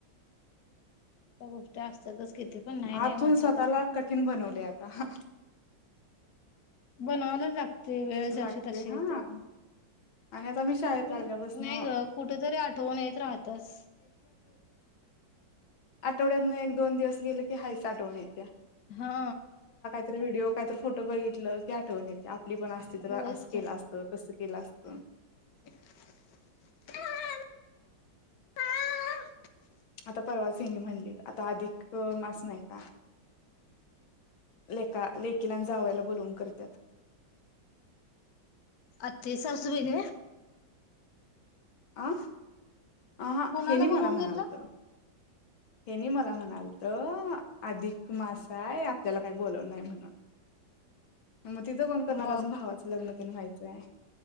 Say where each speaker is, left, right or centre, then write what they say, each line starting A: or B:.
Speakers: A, on the left (about 55°); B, on the left (about 85°).
A: त्या गोष्टी असतातच किती पण नाही नाही
B: आतून
A: म्हटलं
B: स्वतःला
A: तर पण
B: कठीण बनवलयं आता.
A: बनवायलाच लाग ती वेळचं
B: लागते
A: अशी तशी
B: हा
A: येती या बघं.
B: आणि आता मी शाळेत लागल्यापासन
A: नाही गं कुठं तरी आठवन येत राहतीयाचं.
B: आठवड्यातनं एक दोन दिवस गेलं की हायचं आठवण येतीया.
A: हा.
B: काय तर व्हिडिओ काही तर फोटो बघितल की आठवण येते. आपली पण चित्रं
A: होयच
B: असं केलं
A: की
B: असतं, तसं केलं असतं.
A: <unintelligible>
B: आता परवाच हेणी म्हंणलीत. आता अधिक मास नाही का? लेका लेकिला आणि जावयाला बोलवून करत्यात
A: आती सासूबाई नव्हे
B: अं आहा
A: कोणाला
B: हयनी
A: बोलवून
B: मला म्हणालत.
A: घेतलं
B: हेनी मला म्हणालत अधिक मास हाय आपल्याला काही बोलवल न्हाय म्हणून. मग तिथं कोण करणार.
A: मग
B: अजून भावाचं लग्न तेन व्हायचंय.